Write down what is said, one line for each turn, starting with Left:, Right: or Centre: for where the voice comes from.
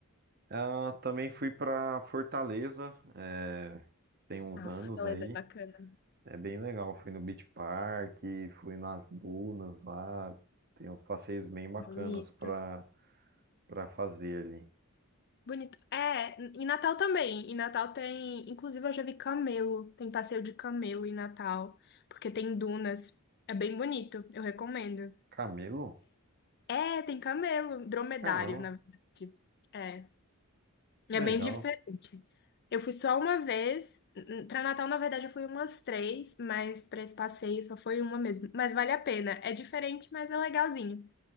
Right: Ah, também fui pra Fortaleza, é, tem uns
Left: Ah,
Right: anos
Left: Fortaleza
Right: aí,
Left: é bacana.
Right: é bem legal. Fui no Beach Park, fui nas dunas lá, tem uns passeios bem bacanas
Left: Bonito.
Right: pra. pra fazer ali.
Left: Bonito. É, em Natal também. Em Natal tem. Inclusive, eu já vi camelo. Tem passeio de camelo em Natal. Porque tem dunas. É bem bonito. Eu recomendo.
Right: Camelo?
Left: É, tem camelo. Dromedário,
Right: Caramba,
Left: na verdade. É. É
Right: legal.
Left: bem diferente. Eu fui só uma vez. para Natal, na verdade, eu fui umas três. Mas para esse passeio só foi uma mesmo. Mas vale a pena. É diferente, mas é legalzinho.